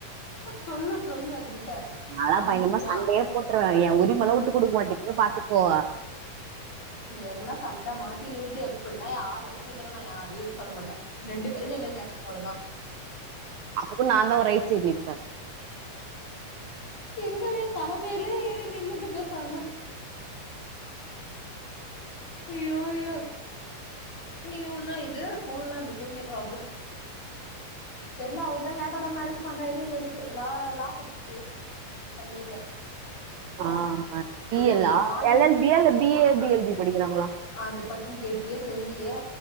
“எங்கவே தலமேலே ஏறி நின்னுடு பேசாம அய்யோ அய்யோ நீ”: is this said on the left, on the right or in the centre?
Left